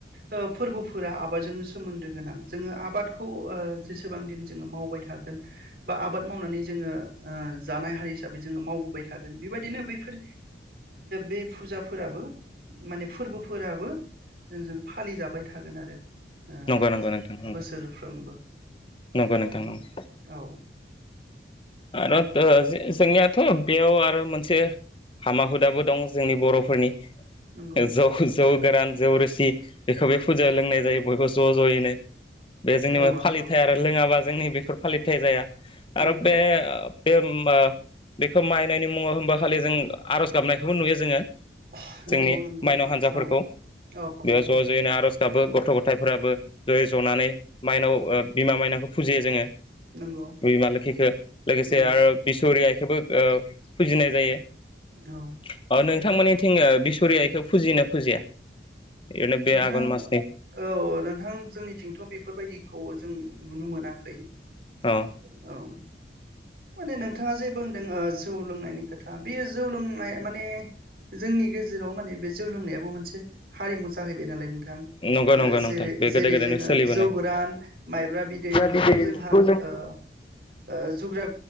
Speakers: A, on the right; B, on the left.
A: ओ फोरबोफोरा आबादजोंनो सोमोन्दो गोनां जोङो आबादखौ ओ जेसेबां दिन जोङो मावबाय थागोन बा आ बाद मावनानै जोङो ओ जानाय हारि हिसाबै जोङो मावबोबाय थागोन बेबायदिनो बैफोर बे ओ फुजाफोराबो माने फोरबोफोराबो जोंजों फालिजाबाय थागोन आरो । औ
B: नंगौ नंगौ नोंथां नंगौ
A: बोसोरफ्रोमबो
B: नंगौ नोंथां
A: उम
B: नंगौ
A: औ
B: आरो ओ जोंनियाथ' बेयाव आरो मोनसे हामा हुदाबो दं जोंनि बर'फोरनि ।
A: नंगौ
B: ओ जौ जौ गोरान जौ रोसि बेखौ बे फुजायाव लोंनाय जायो बयबो ज' ज'यैनो । बे जोंनि
A: औ
B: म
A: नंगौ
B: फालिथाय आरो लोङाबा जोंनि बेफोर फालिथाइ जाया
A: नों
B: आरो बे ओ बेयो ओ बेखौ माइनायनि मुङाव होनबा खालि जों आर'ज गाबनायखौबो नुयो जोङो ।
A: नंगौ
B: जोंनि
A: नंगौ
B: माइनाव हान्जाफोरखौ
A: औ औ नंगौ
B: बेयाव ज' ज'यैनो आर'ज दाबो गथ' गथायफोराबो जयै ज'नानै माइनाव ओ बिमा माइनावखौ फुजियो जोङो । बिमा
A: नंगौ
B: लोखिखौ । लोगोसे
A: उम
B: आरो बिसुह रि आइखौबो ओ फुजिनाय जायो ।
A: औ
B: अ
A: नंगौ
B: नोंथांमोननिथिं ओ बिसहरि आइखौ फुजिना फुजिया? ओरैनो बे
A: नोंथां
B: आघन मासनि
A: औ नोंथां जोंनिथिंथ' बेफोरबायदिखौ जों नुनो मोनाखै ।
B: अ
A: औ माने नोंथाङा जे बुंदों जौ लोंनायनि खोथा बेयो जौ लोंनाय माने जोंनि गेजेराव माने बे जौ लोंनायाबो मोनसे हारिमु जाहैबाय नालाय नों थां ।
B: नंगौ
A: ओ
B: नंगौ नोंथां
A: जेरै
B: बे गोदो
A: जेरै
B: गोदायनिफ्राय
A: जोङो
B: सोलिबोनाय
A: जौ गोरान माइब्रा बिदै
B: जा
A: बिफोरखौ
B: बिदैखौ
A: जोंहा ओ ओ जाग्रा